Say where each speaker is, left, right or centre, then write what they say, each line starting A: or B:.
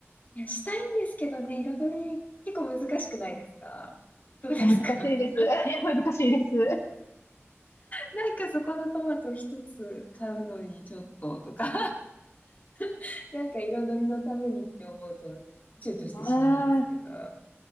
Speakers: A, on the left; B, on the left.
A: いや、したいんですけどね、彩り結構難しくないですかどうですか
B: いや、難しいです。
A: <laughs>
B: <laughs> いや、難しいです。
A: なんかそこのトマト一つ買うのにちょっととか <laughs> なんか彩りのためにって思うと躊躇してしまうんですけど。
B: ああ